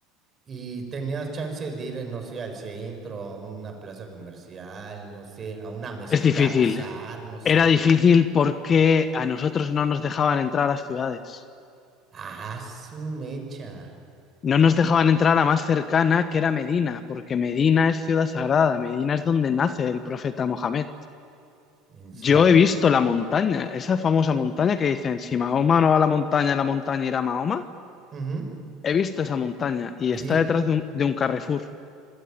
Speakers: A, on the right; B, on the left.
A: Y tenías chance de ir, no sé, al centro, a una plaza comercial, no sé, a una mezquita
B: Es difícil.
A: a rezar, no sé.
B: Era difícil porque a nosotros no nos dejaban entrar a las ciudades.
A: Ah, su mecha.
B: No nos dejaban entrar a la más cercana, que era Medina, porque Medina es ciudad sagrada. Medina es donde nace el profeta Mohamed.
A: En serio.
B: Yo he visto la montaña, esa famosa montaña que dicen, si Mahoma no va a la montaña, la montaña irá a Mahoma.
A: Ujú.
B: He visto esa montaña y
A: ¿Y,
B: está detrás de un, de un Carrefour.